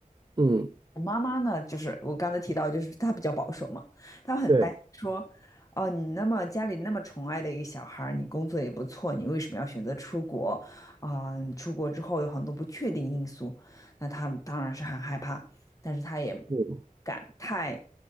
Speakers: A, on the right; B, on the left.
A: 嗯，
B: 我妈妈呢，就是我刚才提到，就是她比较保守嘛，她很担心说，
A: 对，
B: 哦，你那么家里那么宠爱的一个小孩儿你工作也不错，你为什么要选择出国？啊、出国之后有很多不确定因素，那她当然是很害怕，但是她也不
A: 嗯，
B: 敢太，